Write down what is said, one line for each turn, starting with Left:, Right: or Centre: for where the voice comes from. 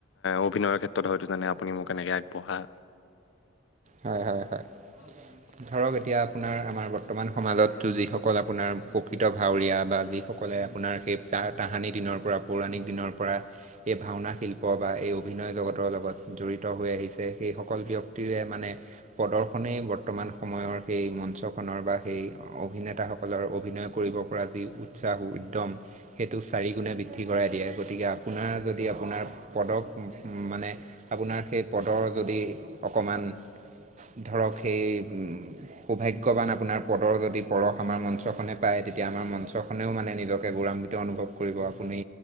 Left: অভিনয়ৰ ক্ষেত্ৰত হয়তো জাননে আপুনি মোক কেনেকৈ আগবঢ়া।
Right: হয় হয় হয়।
Left: <inaudible>
Right: ধৰক এতিয়া আপোনাৰ আমাৰ বৰ্তমান সমাজ তো যিসকল আপোনাৰ প্ৰকৃত ভাৱৰীয়া বা যি সকলে আপোনাৰ সেই তাহানি দিনৰ পৰা পৌৰাণিক দিনৰ পৰা। এই ভাওনা শিল্প বা এই অভিনয় জগতৰ লগত জড়িত হৈ আহিছে সেইসকল ব্যক্তিৰে মানে প্ৰদৰ্শনেই বৰ্তমান সময়ৰ সেই মঞ্চখনৰ বা সেই অভিনেতাসকলৰ অভিনয় কৰিব পৰা যি উৎসাহ উদ্যম সেইটো চাৰিগুণে বৃদ্ধি কৰাই দিয়ে। গতিকে আপোনাৰ যদি আপোনাৰ পদক মানে আপোনাৰ সেই পদৰ যদি অকণমান ধৰক সেই সৌভাগ্যৱান আপোনাৰ পদৰ যদি পৰশ আমাৰ মঞ্চখনে পায় তেতিয়া আমাৰ মঞ্চখনেও মানে নিজকে গৌৰাৱান্বিত অনুভৱ। কৰিব আপুনি